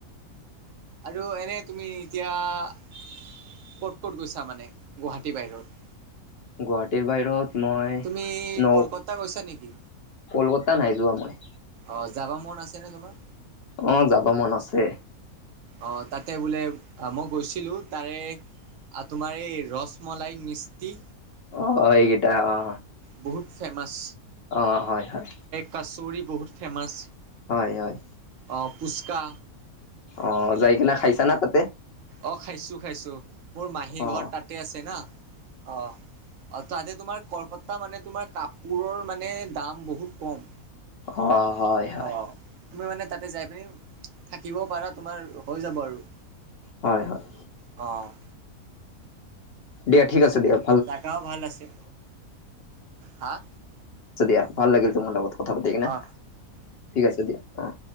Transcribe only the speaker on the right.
আৰু এনেই তুমি এতিয়া ক'ত ক'ত গৈছা মানে গুৱাহাটী বাহিৰত?
তুমি
কলকাতা গৈছা নেকি
অ', যাবা মন আছেনে তোমাৰ?
অ', তাতে বোলে মই গৈছিলো। তাৰে আৰু তোমাৰ এই ৰসমলাই মিস্তি।
বহুত ফেমাচ।
কাছৌৰি বহুত ফেমাছ।
অ', ফুচকা।
অ', খাইছো খাইছো মোৰ মাহী
ঘৰ তাতে আছে না অ'। অ', তাতে তোমাৰ কলকতা মানে তোমাৰ কাপোৰৰ মানে দাম বহুত কম।
হ তুমি মানে তাতে যাই পিনি থাকিবও পাৰা তোমাৰ হৈ যাব আৰু।
অ'।
জাগাও ভাল আছে। হা'?
অ